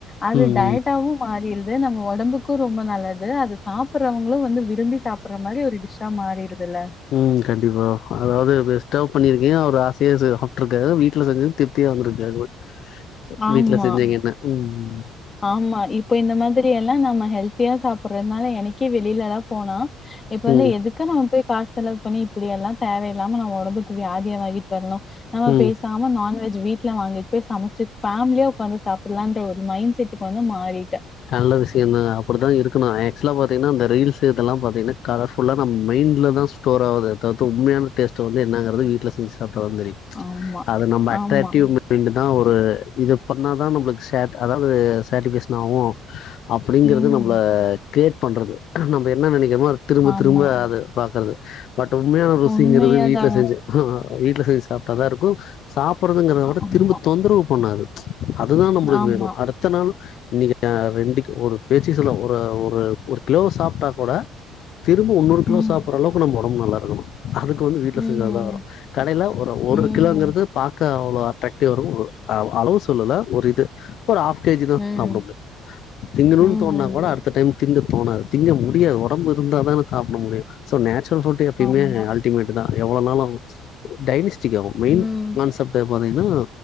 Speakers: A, on the left (about 30°); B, on the left (about 65°).
A: அது
B: ம்
A: டயட்டாவு
B: ம்
A: மாறிர் து நம்ம ஒடம்புக்கு ரொம்ப நல்லது அத சாப்புட்றவங்களு வந்து விரும்பி சாப் சாப்புற்ற மாரி ஒரு டிஸ்சா மாறிடுதுல்ல
B: ம் கண்டிப்பா மேடம் அதாவது பெஸ்டா பண்ணியிருக்கிங்க அவர் ஆசைய செய்றது சாப்ட்ருக்காரு வீட்டுல செஞ்சது திருப்தியா வந்துருக்காரு
A: ஆமா,
B: வீட்ல செஞ்சிகன்னா ம் ம்
A: ஆமா இப்போ இந்த மாதிரி எல்லா நம்ம ஹெல்த்தியா சாப்புட்றதுனால எனக்கே வெளியிலெல்லா போனா இப்ப வந்து
B: ம்
A: எதுக்கு க்கு நம்ம போய் காசு செலவு பண்ணி இப்புடியெல்லா தேவையில்லாம நம்ம ஒடம்புக்கு வியாதிய வாங்கிட்டு வர்ணு நம்ம
B: ம்
A: பேசி சாம நான்வெஜ் வீ்ட்ல வாங்கிட் போய் சமைச்சு ஃபேமிலியா உக்காந்து சாப்புட்லான்ற ஒரு மைண்ட செட் இப்ப வந்து மாறிட்டே
B: நல்ல விஷயந்தா அப்புடிதா இருக்கணு ஆக்சுவலா பாத்தீங்கன்னா அந்த ரீல்ஸு இதெல்லா பாத்தீங்கன்னா கலர் ஃபுல்லா நம்ம மைண்ட்ல தா ஸ்டோர் ஆவுதே தவுத்து உண்மையான டேஸ்ட வந்து என்னங்கறது வீட்ல செஞ்சு சாப்ட்டதா தெரியும்
A: ஆமா.
B: அது நம்ம அட்ராக்டிவ்
A: ஆமா.
B: உம் அப்டின்றதுதா ஒரு இத பண்ணாதா நம்மளுக்கு சாட் அதாவது சாட்டிபைஷன் ஆவு அப்டிங்கிறது
A: ம்.
B: நம்மள கிரியேட் பண்றது நம்ம என்ன நெனக்கிறோமோ அத திரும்ப
A: ஆமா.
B: திரும்ப அது பாக்குறது பட் உண்மையான ருசிங்கிறது
A: உண்மையாதாங்க.
B: வீட்ல செஞ்சு வீட்ல செஞ்சு சாப்ட்டாதா இருக்கு சாப்புட்றதுங்கிறத விட
A: ஆமா,
B: திரும்ப தொந்தரவு பண்ணாது அதுதா நம்மளுக்கு
A: ஆமா.
B: வேணு அடுத்த நாளு இன்னைக்கு ஏ ரெண்டுக்கு ஒரு பேச்சுக்கு சொல்றே ஒரு ஒரு ஒரு கிலோவ சாப்ட்டா கூட திரும்ப ஒன்னொரு கிலோ
A: ம்.
B: சாப்புட்ற அளவுக்கு நம்ம ஒடம்பு நல்லா இருக்கணு அதுக்கு வந்து வீட்ல
A: ம்.
B: செஞ்சனாலதா வரு கடையில ஒரு ஒரு
A: ம்.
B: கிலோங்கிறது பாக்க அவ்ளோ அட்ராக்டிவ் இருக்கு அளவு சொல்லல ஒரு இது ஒரு ஆஃப் கேஜி தா
A: ம்.
B: சாப்ட முடியு திங்கனுன்
A: ம்.
B: தோண்ணா கூட அடுத் அடுத்த டைம் திங்க தோணாது திங்க முடியாது ஒடம்பு இருந்தா தானே சாப்ட முடியும் சோ நேச்சுரல் ஃபுட்டு எப்பையுமே
A: ஆமா.
B: அல்டிமேட்டு தா எவ்ளோ நாளு டைனிஸ்டிங் ஆகு மெயின்
A: ம்.
B: கான்செப்ட் ட்ட பாத்தீங்கன்னா